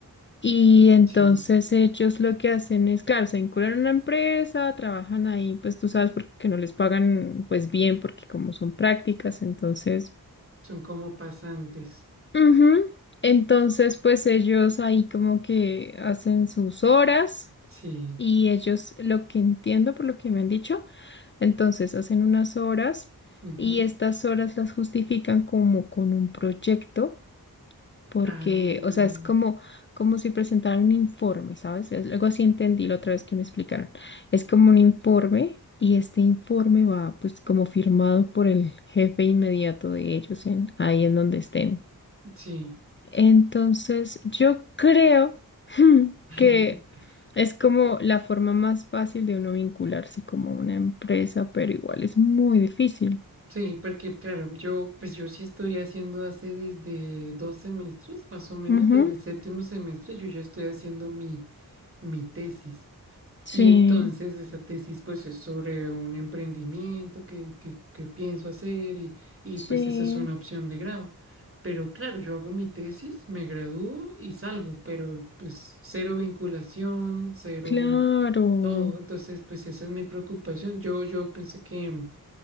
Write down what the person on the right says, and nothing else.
sí.
Son como pasantes.
Sí.
ujú.
Ah,
sí.
<laughs>
Sí, porque claro, yo pues yo sí estoy haciendo hace desde dos semestres, más o menos,
desde el séptimo semestre, yo ya estoy haciendo mi, mi tesis.
Y entonces esa tesis pues es sobre un emprendimiento que, que, que pienso hacer y, y
pues eso es una opción de grado. Pero claro, yo hago mi tesis, me gradúo y salgo, pero pues cero vinculación, cero
todo. Entonces pues esa es mi preocupación. Yo, yo pensé que